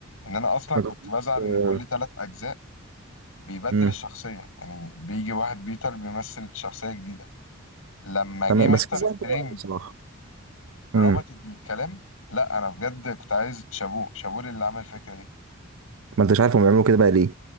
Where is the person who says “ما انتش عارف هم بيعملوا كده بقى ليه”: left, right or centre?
Right